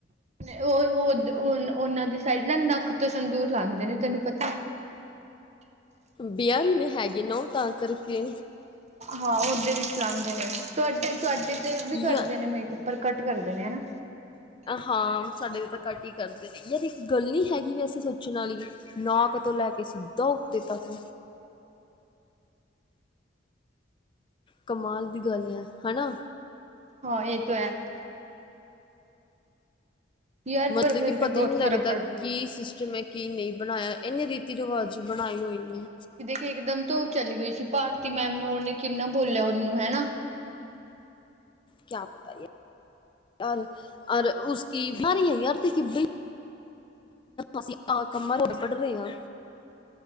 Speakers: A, on the right; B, on the left.
A: ਉਹ ਉਹਨਾਂ ਦੀ ਸਾਈਡ ਨਾ, ਨੱਕ ਤੋਂ ਸੰਦੂਰ ਲਾਉਦੇ ਨੇ, ਤੈਨੂੰ ਪਤਾ
B: ਬਿਹਾਰ ਮੇਂ ਹੈਗੀ ਨਾ ਉਹ, ਤਾਂ ਕਰਕੇ
A: ਹਾਂ ਉਹਦੇ ਵੀ ਲਉਦੇ ਨੇ, ਤੁਹਾਡੇ ਤੁਹਾਡੇ ਤੇ ਵੀ ਕਰਦੇ
B: ਯਾਰ
A: ਨੇ, ਮੇਕਅਪ ਪਰ ਘਟ ਕਰਦੇ ਨੇ ਹੈਨਾ।
B: ਹਾਂ ਸਾਡੇ ਵਿਚ ਤਾਂ ਘੱਟ ਹੀ ਕਰਦੇ ਨੇ, ਯਾਰ ਇੱਕ ਗੱਲ ਨੀ ਹੈਗੀ ਵੀ ਐਸੀਂ ਸੋਚਣ ਵਾਲੀ। ਨਾਕ ਤੋਂ ਲੈ ਕੇ ਸਿੱਧਾ ਉੱਤੇ ਤਕ ਕਮਾਲ ਦੀ ਗੱਲ ਹੈ ਹੈਨਾ
A: ਹਾਂ ਇਹ ਤੋ ਹੈ ਯਾਰ
B: ਮਤਲਬ
A: ਪਰ ਫਿਰ
B: ਕਿ
A: ਵੀ
B: ਪਤਾ
A: ਬਹੁਤ
B: ਹੀ ਨਹੀਂ
A: ਫ਼ਰਕ
B: ਲੱਗਦਾ,
A: ਪੜ
B: ਕੀ ਸਿਸਟਮ ਹੈ ਕੀ ਨਹੀਂ ਬਣਾਇਆ, ਇਹਨੇ ਵੀ ਰੀਤੀ ਰਿਵਾਜ਼ ਬਣਾਏ ਹੋਯੇ ਨੇ
A: ਇੱਕਦਮ ਤਾਂ ਉਹ ਚਲੀ ਗਈ ਸੀ, ਭਾਰਤੀ ਮੈਡਮ ਨੂੰ, ਉਹਨੇ ਕਿੰਨਾ ਬੋਲਿਆ ਉਹਨੂੰ ਹੈਨਾ।
B: ਕਿਆ ਪਤਾ ਯਾਰ ਰ ਔਰ ਉਸ ਕੀ ਸਾਰੀ ਹੈ, ਆਰਤੀ ਕੀ ਬੜੀ ਅਸੀਂ ਆ ਕੰਮਾਂ ਪੜ ਰਹੇ ਹਾਂ